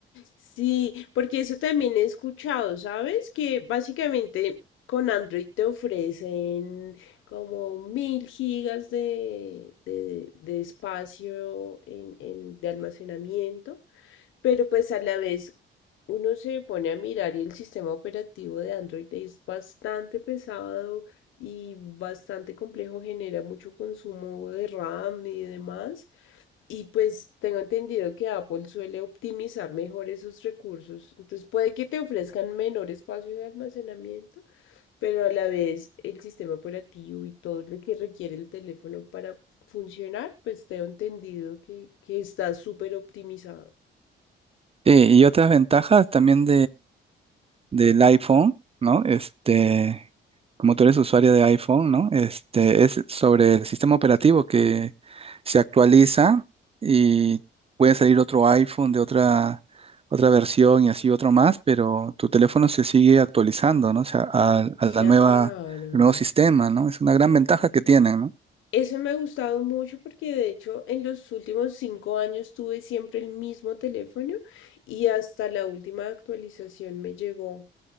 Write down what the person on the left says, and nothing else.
Sí, porque eso también he escuchado, ¿sabes? Que básicamente con Android te ofrecen como mil gigas de, de- de espacio en, en- de almacenamiento. Pero pues a la vez uno se pone a mirar y el sistema operativo de Android es bastante pesado y bastante complejo, genera mucho consumo de RAM y demás. Y pues tengo entendido que Apple suele optimizar mejor esos recursos. Entonces puede que te ofrezcan menor espacio de almacenamiento, pero a la vez el sistema operativo y todo lo que requiere el teléfono para funcionar, pues tengo entendido que, que está súper optimizado.
Claro.
Eso me ha gustado mucho porque de hecho en los últimos cinco años tuve siempre el mismo teléfono y hasta la última actualización me llegó.